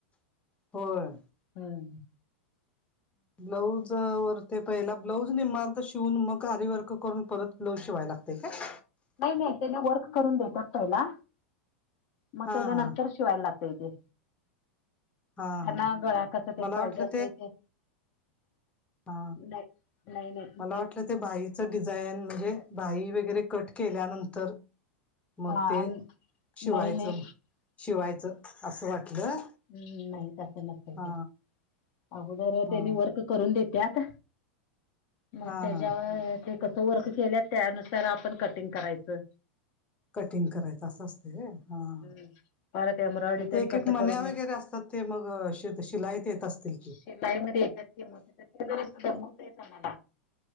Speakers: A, on the left; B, on the left.
A: होय.
B: हम
A: ब्लाऊज वर ते पहिला ब्लाऊज निम अर्ध शिवून मग आरी वर्क करून परत ब्लाऊज शिवाया लागतय काय?
B: नाही नाही त्याने वर्क करून देतात पहिला मग
A: हा
B: त्याच्या नंतर
A: हा
B: शिवायला लागतय तेे
A: हा
B: त्यांना
A: हा
B: गळा कसा तेन
A: मला
B: पाहिजे
A: वाटलं
B: असतय ते
A: हा
B: नाही नाही नाही
A: मला वाटलं ते बाहीचं डिझाईन म्हणजे बाही वगैरे कट केल्यानंतर मग
B: हा
A: ते
B: नाही
A: शिवायचं
B: नाही
A: शिवायचं असं वाटलं
B: हम्म नाही तसं नसतय
A: हा
B: ते अगोदर
A: हा
B: त्यानी वर्क करून देत्यात, मग
A: हा
B: त्याच्यावर
A: हा
B: ते कसं वर्क केल्यात त्यानुसार आपण कटिंग करायचं.
A: कटिंग करायच असं असतय व्हय, हा
B: हम्म परत एम्ब्रॉयडरी
A: मग
B: तेन
A: ते एक
B: कसं
A: एक मन्या
B: करून देत
A: वगैरे असतात, ते मग शिलाईत येत असतील, की
B: शिलाईमध्ये येत्यात कि मन्या ते जरास दमावतेच आम्हाला